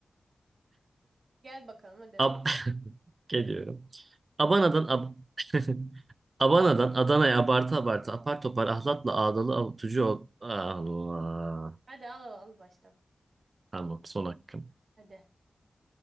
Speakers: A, on the right; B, on the right.
A: Gel bakalım hadi.
B: Ab <laughs> Geliyorum. Abana'dan Ab <laughs> Abana'dan Adana'ya abartı abartı apar topar ahlatla ağdalı avutucu ol. Allah.
A: Hadi al al al baştan.
B: Tamam, son hakkım.
A: Hadi.